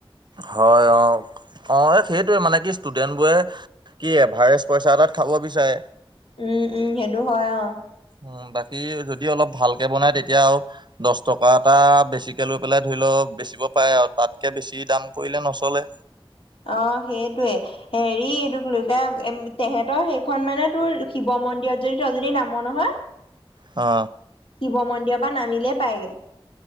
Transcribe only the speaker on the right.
হয় অ অ এই সেইটোৱে মানে কি ষ্টুডেন্ট বোৰে। কি এভাৰেষ্ট পইচা এটাত খাব বিচাৰে।
উ বাকী যদি অলপ ভালকে বনাই তেতিয়া আৰু দহ টকা এটা বেছিকে লৈ পেলাই ধৰি লও বেচিব পাৰে আৰু তাতকে বেছি। কি দাম কৰিলে নচলে।
অ।